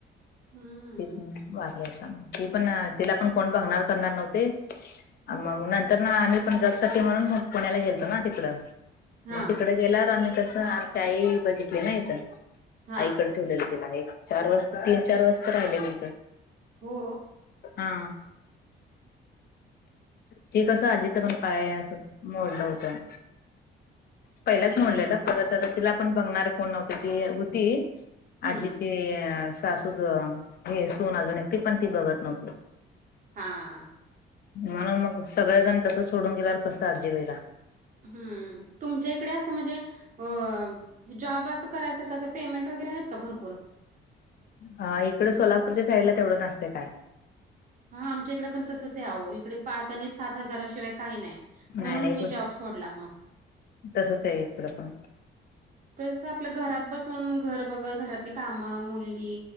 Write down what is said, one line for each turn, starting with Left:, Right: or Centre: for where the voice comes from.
Right: हम्म
Left: त वालेता ती पण तिला पण कोण बघणार करणार नव्हते मग नंतर ना आम्ही पण जलसाठी म्हणून मग पुण्याला गेलतो ना तिकडं
Right: हा
Left: मग तिकड गेल्यावर आम्ही कसं आमच्या आई बघितली ना इथं
Right: हा
Left: आईकड ठेवलेलं तिला एक चार वाज तीन चार वज तर राहिलेली इथं
Right: हो
Left: हा ठीकस आजीच पण काय असं मोडलं होतं पहिल्याच म्हडलेलं परत आ तिला पण बघणारे कोण नव्हती ती होती
Right: हम्म
Left: आजीची सासूद हे सून अजून एक त पण ती बघत नव्हती.
Right: हा.
Left: म्हणून मग सगळेजण तस सोडून गेल्यावर कसं आजी वेला
Right: हम्म तुमच्या इकडे असं म्हणजे अ जॉब असं करायसारखं असं, पेमेंट वगैरे आहेत का भरपूर.
Left: ह इकडे सोलापूरच्या साईड ला तेवढं नसते काय?
Right: हा आमच्या इकडे पण तसंच आहे, आहेहो इकडे पाच आणि सात हजाराशिवाय काही नाही.
Left: नाही
Right: म्हणून
Left: नाही
Right: मी जॉब सोडला मग.
Left: तसच आहे इकडं पण.
Right: कसं आपल्या घरात बसून घर बघल घरातली कामं मुलगी.